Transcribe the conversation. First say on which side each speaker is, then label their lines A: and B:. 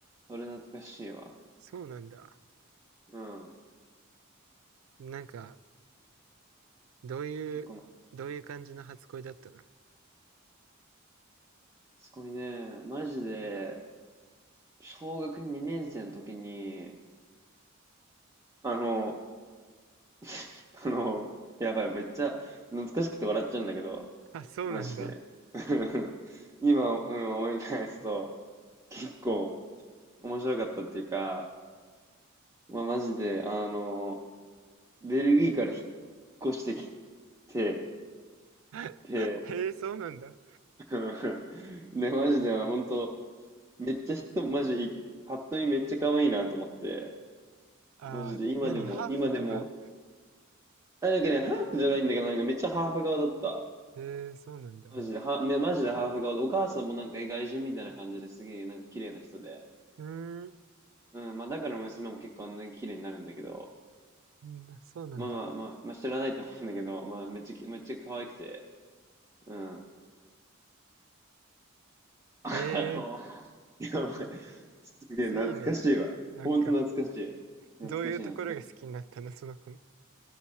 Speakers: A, on the right (about 15°); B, on the right (about 70°).
A: それ懐かしいわ。
B: そうなんだ。
A: うん。
B: なんか、どういう、
A: 結構な、
B: どういう感じの初恋だったの
A: 初恋ね、マジで、小学2年生の時に、あの、<laughs> あの、やばい、めっちゃ懐かしくて笑っちゃうんだけど、
B: あ、そうなんだ。
A: マジで。<laughs> 今、うん、思い返すと、結構面白かったっていうか、まあ、マジで、あの、ベルギーから引っ越してきて、
B: <laughs>
A: で、
B: へえ、そうなんだ。
A: <laughs> で、マジで、あの、本当めっちゃ人、マジい、パッと見めっちゃ可愛いなと思って、
B: ああ、
A: マジで、今でも、
B: 何ハーフとか
A: 今でも、あ、なんかね、ハーフじゃないんだけど、なんかめっちゃハーフ側だった。
B: へえ、そうなんだ。
A: マジで、は、め、マジでハーフ顔で、お母さんもなんか外人みたいな感じですげえ、なんか綺麗な人で。
B: うーん。
A: うん、まあだから娘も結構あんなに綺麗になるんだけど、
B: うん、そうなんだ。
A: まあまあまあ、まあ、知らないと思うんだけど、まあめっちゃ、めっちゃ可愛くて、うん。<laughs> あの、
B: ええ
A: <laughs> やばい。すげえ懐かしいわ。
B: いいね。なんか、
A: ほんと懐かしい。懐かしい懐かしい。
B: どういうところが好きになったの、その子の。